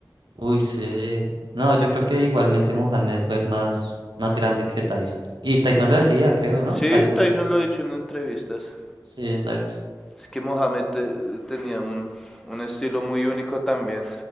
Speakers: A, on the right (about 75°); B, in the centre.
A: Uy, sí. No, yo creo que igualmente Mohamed fue más, más grande que Tyson. Y Tyson lo decía, creo, ¿no?
B: Sí,
A: Tyson.
B: Tyson lo ha dicho en entrevistas.
A: Sí, exacto.
B: Es que Mohamed eh, tenía un, un estilo muy único también.